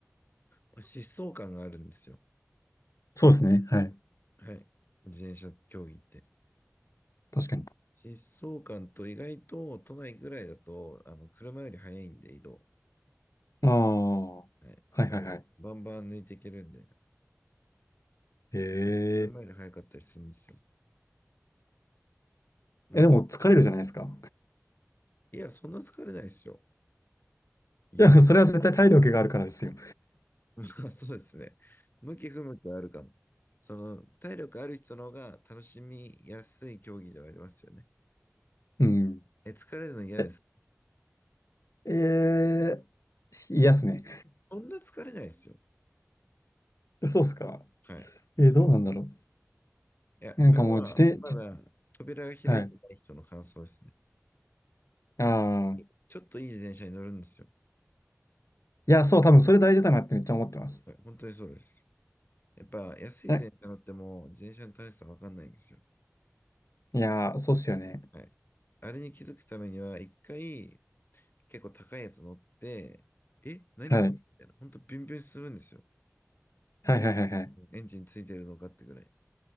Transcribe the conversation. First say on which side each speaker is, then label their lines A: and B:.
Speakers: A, on the left; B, on the left.
A: まあ疾走感があるんですよ。
B: そうですね。はい。
A: はい。自転車競技って。
B: 確かに。
A: 疾走感と意外と都内ぐらいだと、あの、車より速いんで移動。
B: ああ、は
A: はい。
B: いはいはい。
A: もうバンバン抜いていけるんで。
B: ええ。
A: 意外と車より早かったりするんですよ。まあ、
B: え、でも疲れるじゃないですか。
A: そいや、そんな疲れないですよ。言う。
B: いや、それは絶対体力があるからですよ。
A: <laughs> まあ、そうですね。向き不向きはあるかも。その、体力ある人の方が楽しみやすい競技ではありますよね。
B: うん。
A: え、疲れるの嫌です。
B: え、えー、嫌っすね。
A: そんな疲れないですよ。
B: そうっすか。
A: はい。
B: えー、どうなんだろ
A: いや、
B: う。
A: それは、
B: なんかもう自転、
A: まだ、
B: じ、
A: 扉が開いてない人の感想ですね。
B: はい。ああ、
A: いちょっといい自転車に乗るんですよ。
B: いや、そう、多分それ大事だなってめっちゃ思ってます。
A: はい、本当にそうです。やっぱ、安い自転車乗っても、
B: え、
A: 自転車の楽しさわかんないんですよ。
B: いやー、そうっすよね。
A: はい。あれに気づくためには、一回結構高いやつ乗って、え、何これみたいな。
B: はい。
A: ほんとビュンビュン進むんですよ。
B: はいはいはいはい。
A: エンジンついてるのかってぐらい。